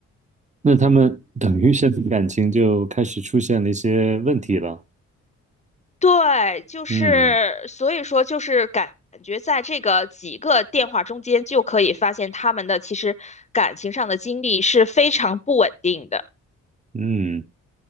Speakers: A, on the right; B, on the left.
A: 那他们等于现在感情就开始出现了一些问题了。
B: 对，就是所以说就是感觉在这个几个电话中间就可以发现他们的其实感情上的经历是非常不稳定的。
A: 嗯嗯。